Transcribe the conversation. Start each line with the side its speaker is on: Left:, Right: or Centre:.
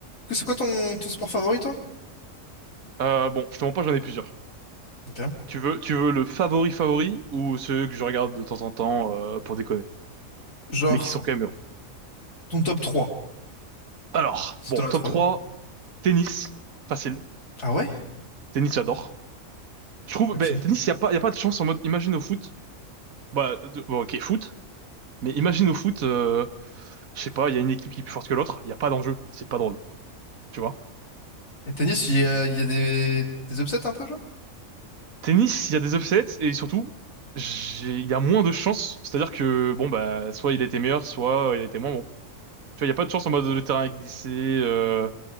Left: Que- C'est quoi ton, ton sport favori, toi?
Right: Euh, bon, je te mens pas, j'en ai plusieurs.
Left: Ok.
Right: Tu veux, tu veux le favori favori ou ceux que je regarde de temps en temps euh, pour déconner,
Left: Genre,
Right: mais qui sont quand même bien.
Left: ton top trois
Right: Alors,
Left: si
Right: bon,
Left: t'en
Right: top
Left: as 3
Right: 3
Left: d'ailleurs.
Right: tennis, facile.
Left: Ah ouais?
Right: Tennis, j'adore. Je trouve,
Left: Ok.
Right: ben, tennis, il y a pas, y a pas de chance en mode, imagine au foot, bah, de- bon, ok, foot, mais imagine au foot, euh, je sais pas, il y a une équipe qui est plus forte que l'autre, il y a pas d'enjeu, c'est pas drôle, tu vois.
Left: Et tennis, il y a, il y a des, des upsets un peu, genre?
Right: Tennis, il y a des upsets et surtout, il y a moins de chances, c'est-à-dire que, bon, bah, soit il était meilleur, soit il était moins bon. Tu vois, il n'y a pas de chance en mode le terrain est glissé. euh,